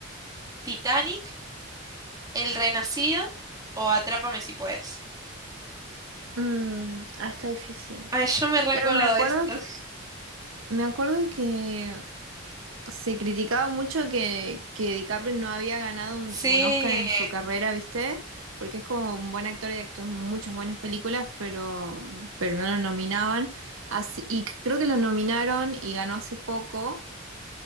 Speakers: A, on the right (about 20°); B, on the right (about 70°).
A: Titanic, El Renacido o Atrápame si puedes.
B: Mm, ah, está difícil.
A: Ay, yo me recuerdo
B: Claro, me acuerdo
A: de esto.
B: que, me acuerdo que se criticaba mucho que, que DiCaprio no había ganado un,
A: Sí.
B: un Oscar en su carrera, ¿viste? Porque es como un buen actor y actuó en muchas buenas películas, pero, pero no lo nominaban. Así, y creo que lo nominaron y ganó hace poco,